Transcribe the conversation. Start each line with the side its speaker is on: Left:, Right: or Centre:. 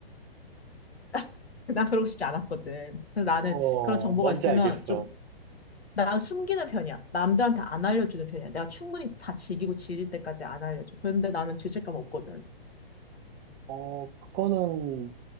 Left: <laughs> 난 그러고 싶지 않았거든. 그래서 나는
Right: 어,
Left: 그런 정보가
Right: 뭔지
Left: 있으면
Right: 알겠어.
Left: 좀 난 숨기는 편이야. 남들한테 안 알려주는 편이야. 내가 충분히 다 즐기고 지릴 때까지 안 알려줘. 그런데 나는 죄책감 없거든.
Right: 어, 그거는